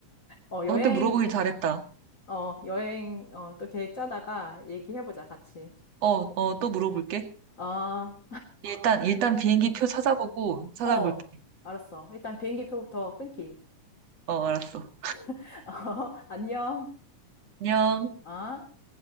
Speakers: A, on the left; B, on the right.
A: 어, 여행,
B: 너한테 물어보길 잘했다.
A: 어, 여행, 어, 또 계획 짜다가 얘기해보자, 같이.
B: 어, 어, 또 물어볼게.
A: 아,
B: 일단, 일단 비행기 표 찾아보고 찾아볼게.
A: 어, 알았어. 일단 비행기 표부터 끊기.
B: 어, 알았어.
A: <laughs> 어, 안녕.
B: 안녕.
A: 아.